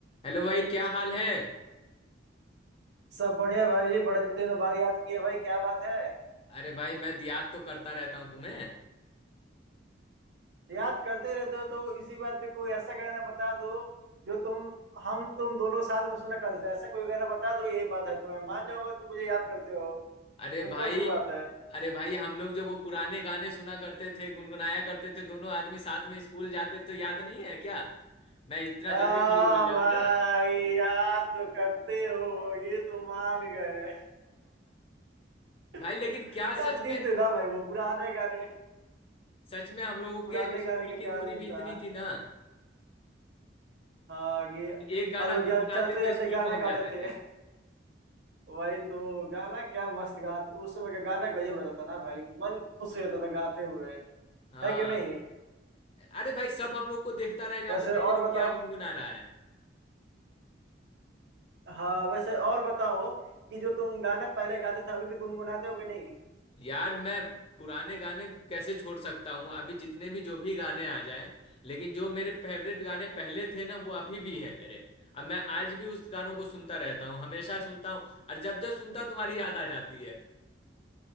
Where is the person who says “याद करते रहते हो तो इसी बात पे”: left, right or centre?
Right